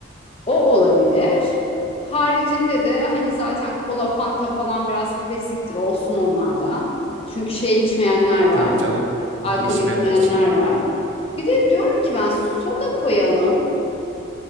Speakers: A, on the left; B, on the right.
A: O olabilir. Haricinde de hani zaten kola, fanta falan biraz klasiktir. Olsun onlar da. Çünkü şey içmeyenler var.
B: Tabii canım.
A: Alkol
B: Ya, içmeyenler
A: içmeyenler
B: için.
A: var. Bir de diyorum ki ben soda koyalım.